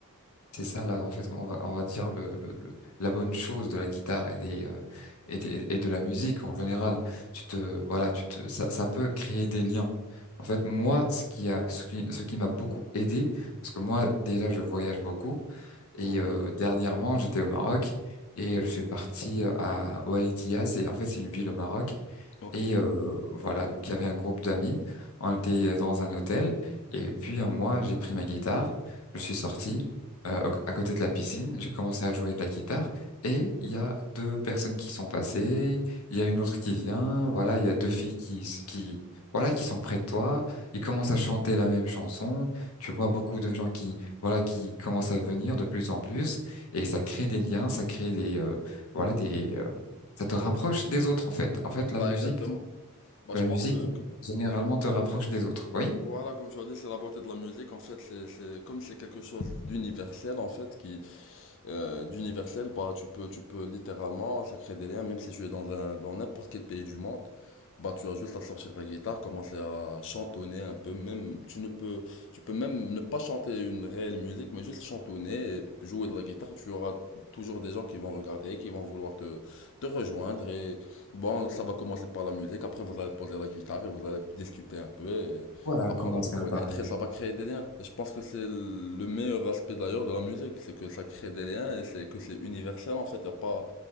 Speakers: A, on the left; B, on the left.
A: C'est ça, là, en fait, on va, on va dire le, le- le- la bonne chose de la guitare et des, euh, et des- et de la musique en général. Tu te, voilà, tu te, ça, ça peut créer des liens. En fait, moi, ce qui a, ce qui, ce qui m'a beaucoup aidé, parce que moi, déjà, je voyage beaucoup et
B: Ok,
A: euh, dernièrement, j'étais au Maroc et je suis parti euh, à Oualidia. C'est, en fait, c'est une ville au Maroc
B: ok.
A: et euh, voilà, donc il y avait un groupe d'amis, on était dans un hôtel, et puis euh, moi j'ai pris ma guitare, je suis sorti euh, au- à côté de la piscine, j'ai commencé à jouer de la guitare, et il y a deux personnes qui sont passées, il y a une autre qui vient, voilà, il y a deux filles qui, s- qui, voilà, qui sont près de toi, ils commencent à chanter la même chanson, tu vois beaucoup de gens qui, voilà, qui commencent à venir de plus en plus, et ça crée des liens, ça crée des, euh, voilà, des, euh, ça te rapproche des autres en fait. En fait, la
B: Bah
A: musique
B: exactement. Bah
A: la
B: je pense
A: musique,
B: que, que-
A: généralement, te rapproche des autres, oui?
B: voilà, comme tu as dit, c'est la beauté de la musique. En fait, c'est c'est- comme c'est quelque chose d'universel en fait qui euh, d'universel, bah, tu peux, tu peux littéralement, ça crée des liens, même si tu es dans un, dans n'importe quel pays du monde, bah, tu as juste à sortir ta guitare, commencer à chantonner un peu, même, tu ne peux, tu peux même ne pas chanter une réelle musique, mais juste chantonner et jouer de la guitare, tu auras toujours des gens qui vont regarder, qui vont vouloir te, te rejoindre et, bon, ça va commencer par la musique, après vous allez poser la guitare et vous allez discuter un peu et
A: Voilà,
B: apprendre
A: commencer
B: à vous connaître
A: à parler.
B: et ça va créer des liens. Et je pense que c'est le meilleur aspect d'ailleurs de la musique, c'est que ça crée des liens et c'est que c'est universel en fait. Il y a pas,